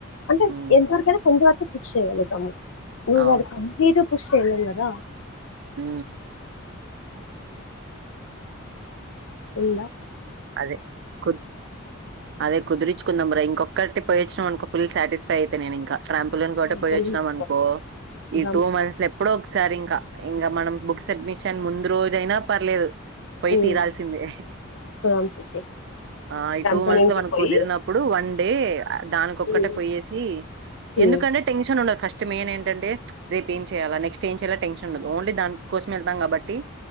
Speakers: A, on the left; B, on the right.
A: అంటే
B: ఉమ్,
A: ఎంతవరకుైనా కొంతవరకు చేయగలుగుతాము <unintelligible>
B: అవును
A: క ఖుషి చేయలేం కద
B: ఆ
A: ఉంద
B: అదే కు అదే కుదిరిచుకుందాంరా ఇంకొక్కరి పోయొచ్చా అనుకో ఫుల్ సాటిస్ఫై అయితే నేనుంకా శంపుల్ని ఒకటటి
A: శాంపుల్
B: పోయి వచ్చినాం
A: తీసుకోవడం
B: అనుకో
A: బదంస్
B: ఈ టూ మంత్స్ లో ఎప్పుడో సరే ఇక ఇంకా మనం బుక్స్ అడ్మిషన్ ముందు రోజ అయినా పర్లేదు పోయి
A: ఉమ్
B: తీరాల్సిందే
A: బదంస్ వచ్చి
B: ఆ ఈ
A: ట్రాంపోలిన్
B: టూ మంత్స్ లో
A: కి
B: మన
A: పోయి
B: కుదిరినప్పుడు వన్ అంటే దానికొక్కటే
A: ఉమ్
B: పోయేసి
A: ఉమ్
B: ఎందుకంటే టెన్షన్ ఉండదు ఫస్ట్ నెస్ట్ మెయిన్ ఏంటంటే రేపు ఏం చేయాల నెస్ట్ ఏం చేయాలా టెన్ండదు ఓన్లీ దనికోసం వెళ్తాం కాబట్టి